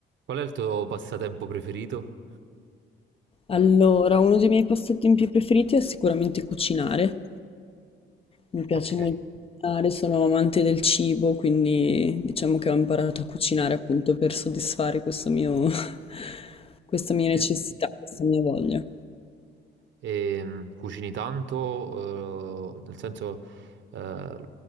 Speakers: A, on the right (about 70°); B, on the left (about 30°).
A: Qual è il tuo passatempo preferito?
B: Allora, uno dei miei passatempi più preferiti è sicuramente cucinare. Mi piace
A: Ok.
B: molto cucinare, sono amante del cibo, quindi diciamo che ho imparato a cucinare appunto per soddisfare questo mio, <laughs> questa mia necessità,
A: De-
B: questa mia voglia.
A: ehm, cucini tanto, eh, nel senso, eh,